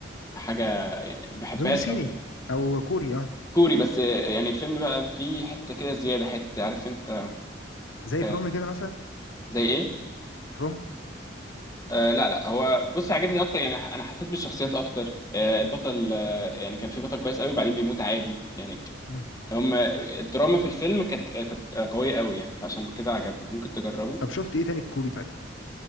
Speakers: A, on the left; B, on the left.
A: حاجه يعني ما بحبهاش
B: زومبي صيني
A: قوي يعني
B: او كوري اه
A: كوري بس يعني الفيلم بقى فيه حته كده زياده حته عارف انت
B: زي
A: آه،
B: فروم كده مثلا
A: زي ايه
B: فروم
A: آه لا لا هو بص عجبني اكتر يعني انا حسيت بالشخصيات اكتر آه البطل آه يعني كان في بطل كويس قوي وبعدين بيموت عادي يعني
B: مم.
A: هم الدراما في الفيلم كانت كانت قويه قوي يعني فعشان كده عجبني ممكن تجربه
B: طب شفت ايه تاني كوري طيب